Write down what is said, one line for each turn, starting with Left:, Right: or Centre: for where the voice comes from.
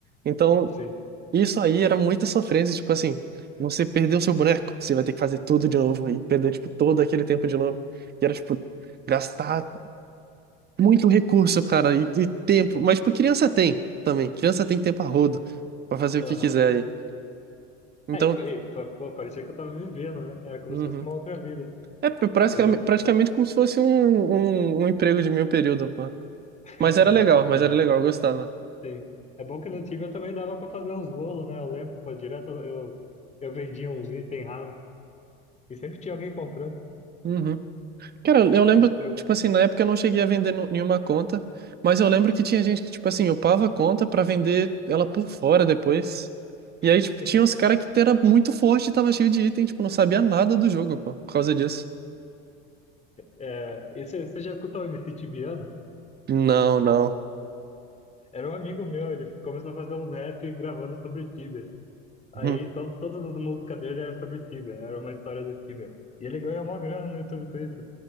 Right: Então,
Left: Sim.
Right: isso aí era muita sofrência, tipo assim, você perdeu seu boneco, você vai ter que fazer tudo de novo e perder, tipo, todo aquele tempo de novo. E era, tipo, gastar muito recurso, cara, e, e tempo. Mas, tipo, criança tem também. Criança tem tempo a rodo pra fazer
Left: Aham.
Right: o que quiser aí. Então,
Left: Aí, p- aí, pô, pô, parecia que eu tava vivendo, né? É como
Right: uhum.
Left: se fosse uma outra vida.
Right: É praticamente,
Left: Às vezes.
Right: praticamente como se fosse um, um, um emprego de meio período, pô.
Left: <laughs>
Right: Mas era
Left: Exato,
Right: legal, mas
Left: também.
Right: era legal, eu gostava.
Left: Sim. É bom que no Tibia também dava pra fazer uns rolos, né? Eu lembro, pô, direto eu, eu vendia uns itens raros. E sempre tinha alguém comprando.
Right: Uhum. Cara, eu lembro,
Left: Uns- Eu,
Right: tipo assim, na época eu não cheguei a vender nu- nenhuma conta, mas eu lembro que tinha gente que, tipo assim, upava a conta pra vender ela por fora depois. E
Left: <laughs>
Right: aí, tipo,
Left: sim.
Right: tinha uns caras que era muito forte e tava cheio de item, tipo, não sabia nada do jogo, pô, por causa disso.
Left: É, e você você já escutou o MC Tibiano?
Right: Não, não.
Left: Era um amigo meu, ele começou a fazer uns rap gravando sobre Tibia. Aí
Right: Uhum.
Left: to todas as músicas dele eram sobre Tibia, era uma história do Tibia. E ele ganhou uma grana no YouTube com isso.